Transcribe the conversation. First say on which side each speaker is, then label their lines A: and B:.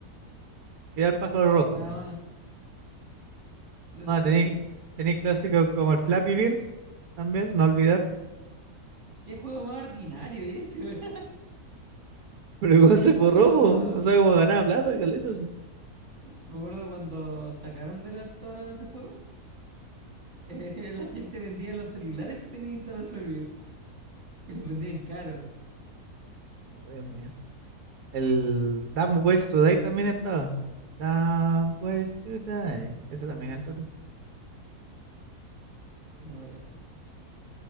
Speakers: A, on the right (about 70°); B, on the right (about 50°).
A: Tirar pájaros rojos
B: Nada
A: nomás.
B: más. De eso
A: Ah,
B: se
A: tenéis,
B: trata.
A: tenéis clásicos como el Flappy Bird también, no olvidar. <laughs>
B: ¿Qué juego más ordinario ese? weón?
A: Pero igual
B: <laughs>
A: se borró,
B: Me acuerdo
A: po.
B: cuando,
A: o sea, como ganaba plata, caleta, sí.
B: me acuerdo cuando sacaron de la store ese juego. <laughs> eh, la gente vendía los celulares que tenía instalado Flappy Bird y los vendían caro.
A: No, Dios mío. El Dumb Ways to Die también estaba. Dumb Ways to Die, ese también entró.
B: No, no cacho. eso.